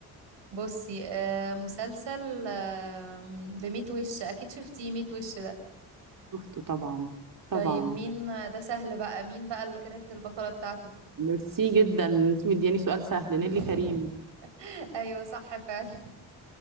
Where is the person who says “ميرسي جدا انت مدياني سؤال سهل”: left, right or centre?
Right